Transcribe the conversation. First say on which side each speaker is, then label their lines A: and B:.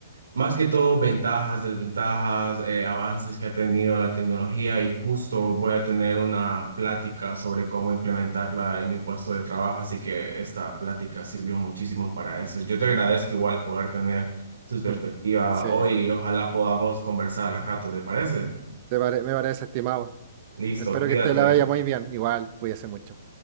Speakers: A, on the right; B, on the right.
A: más que todo, ventajas, desventajas, eh, avances que ha tenido la tecnología y justo voy a tener una plática sobre cómo implementarla en mi puesto de trabajo, así que esta plática sirvió muchísimo para eso. Yo te agradezco igual poder tener tus perspectivas
B: Mm. Sí,
A: hoy y ojalá podamos conversar al rato, ¿te parece?
B: te pare- me parece estimado.
A: Listo,
B: Espero
A: cuídate.
B: que te la vaya muy bien. Igual, cuídese mucho.